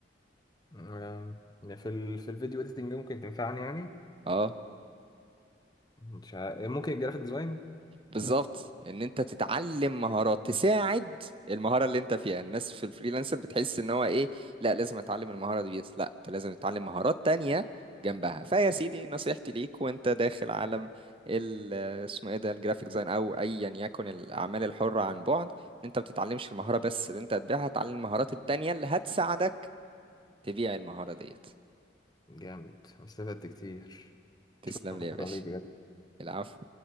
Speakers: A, on the left; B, on the right.
A: أم، يعني في ال... في الفيديو اديتنج ممكن تنفعني يعني
B: اه
A: مش ع... ممكن الجرافيك ديزاين
B: بالظبط ان انت تتعلم مهارات تساعد المهاره اللي انت فيها الناس في الفريلانسر بتحس ان هو ايه لا لازم اتعلم المهاره دي بس لا انت لازم تتعلم مهارات تانية جنبها فيا سيدي نصيحتي ليك وانت داخل عالم ال اسمه ايه ده الجرافيك ديزاين او ايا يكن الاعمال الحره عن بعد إن انت ما بتتعلمش المهاره بس اللي انت هتبيعها تتعلم المهارات التانية اللي هتساعدك تبيع المهاره ديت
A: جامد استفدت كتير
B: تسلم
A: شكرا
B: لي يا باشا
A: ليك بجد
B: العفو